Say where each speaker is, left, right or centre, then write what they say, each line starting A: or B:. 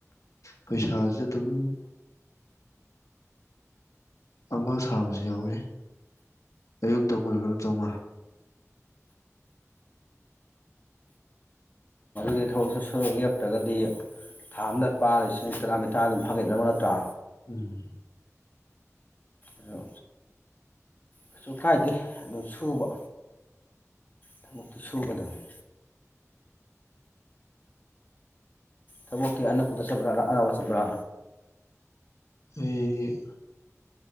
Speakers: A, on the left (about 80°); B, on the left (about 35°).
A: ꯄꯩꯁꯥꯁꯦ ꯑꯗꯨꯝ ꯑꯃ ꯁꯥꯕꯁꯨ ꯌꯥꯎꯋꯤ ꯑꯌꯨꯛꯇꯪ ꯑꯣꯏꯔꯒꯅ ꯆꯥꯝꯃꯉꯥ
B: ꯑꯗꯨ ꯊꯕꯣꯛꯁꯨ ꯁ ꯂꯦꯞꯇ꯭ꯔꯒꯗꯤ ꯊꯥ ꯑꯃꯗ ꯂꯨꯄꯥ ꯂꯤꯁꯤꯡ ꯇꯔꯥꯃꯊꯥ ꯑꯗꯨꯝ ꯐꯪꯒꯗꯅꯕ ꯅꯠꯇ꯭ꯔꯥ
A: ꯎꯝ
B: ꯑꯗꯣ ꯀꯩꯁꯨ ꯀꯥꯏꯗꯦ ꯑꯗꯨ ꯁꯨꯕ ꯊꯕꯛꯇꯤ ꯁꯨꯒꯗꯕꯅꯤ ꯊꯕꯣꯛꯇ ꯑꯅꯗꯄ ꯑ ꯆꯄꯔ
A: ꯑ